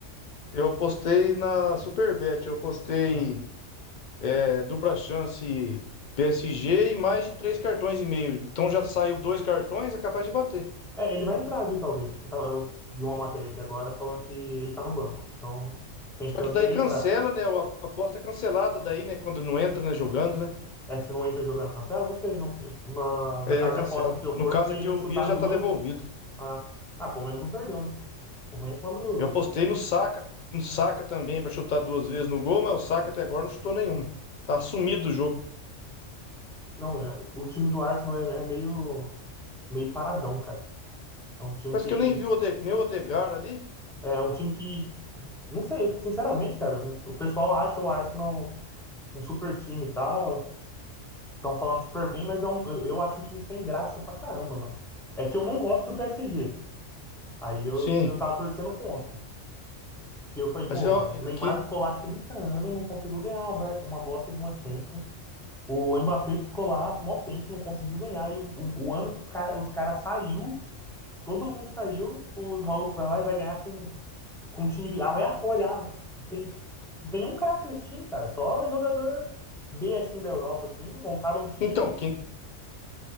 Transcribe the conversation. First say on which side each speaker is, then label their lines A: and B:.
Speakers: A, on the left; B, in the centre.
A: eu apostei na Superbet, eu apostei
B: Ah.
A: é, dupla chance PSG e mais de três cartões e meio. Então já saiu dois cartões, é capaz de bater.
B: É, ele vai entrar, viu, talvez. Porque tá- eu vi uma matéria aqui agora falando que ele tá no banco. Então, tem
A: Só
B: chance
A: que daí
B: dele
A: cancela,
B: entrar.
A: né? A aposta é cancelada daí, né? Quando não entra, né? Jogando, né?
B: É, se não entra jogando cancela, não sei. Não, na,
A: É,
B: na casa
A: cancela.
B: de aposta que eu
A: No
B: for,
A: caso
B: se ele
A: aqui, o
B: chutar
A: Vila já
B: duas,
A: tá devolvido.
B: ah, ah, pelo menos não perdeu, né? O ruim é quando.
A: Eu apostei no Saka, no Saka também pra chutar duas vezes no gol, mas o Saka até agora não chutou nenhuma. Tá sumido do jogo.
B: Não, é, o time do Arsenal é é meio, meio paradão, cara. É um time
A: Parece
B: que
A: que eu nem vi o Ode- nem o Odegar ali.
B: É um time que, não sei, sinceramente, cara, o pessoal acha o Arsenal um super time e tal, estão falando super bem, mas é um, eu, eu acho um time sem graça pra caramba, mano. É que eu não gosto do PSG, aí eu,
A: Sim.
B: eu tava torcendo contra. E eu falei,
A: Mas,
B: pô,
A: ó,
B: mano, o Neymar
A: quem-
B: ficou lá 30 anos, não conseguiu ganhar uma, ba- uma bosta de uma Champions. O Mbappé ficou lá mó tempo, não conseguiu ganhar. E o, o ano que o cara- os caras saiu, todo mundo saiu, os malucos vai lá e vai ganhar com com um time aleatório. Ah, não tem, não tem nenhum craque nesse time, cara. Só jogador B assim da Europa, assim, montaram um time.
A: então, quem,